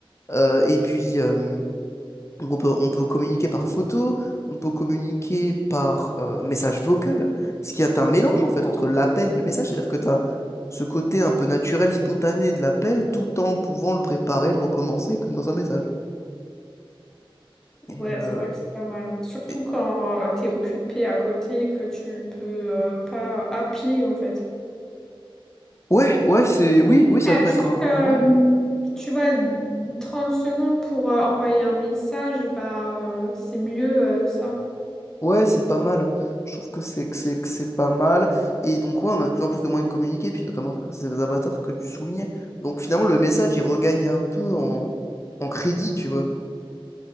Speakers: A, on the left; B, in the centre.
A: Euh, et puis, euh, donc on peut, on peut communiquer par photo, on peut communiquer par euh, message vocal, ce qui est un mélange en fait entre l'appel et le message, c'est-à-dire que tu as ce côté un peu naturel, spontané de l'appel, tout en pouvant le préparer, le recommencer comme dans un message. Et,
B: Ouais,
A: euh,
B: c'est vrai que c'est pas mal. Surtout
A: et-
B: quand euh, t'es occupé à côté, et que tu peux euh, pas appeler, en fait.
A: Ouais, ouais, c'est oui, oui, ça
B: Ah,
A: peut être
B: juste,
A: un un
B: euh,
A: bon moyen.
B: tu vois, 30 secondes pour euh, envoyer un message, bah, euh, c'est mieux euh, ça.
A: Ouais, c'est pas mal. Je trouve que c'est que c'est que c'est pas mal. Et donc ouais, on a de plus en plus de moyens de communiquer, puis notamment à travers ces avatars que tu soulignais. Donc finalement, le message, il regagne un peu en, en crédit, tu vois.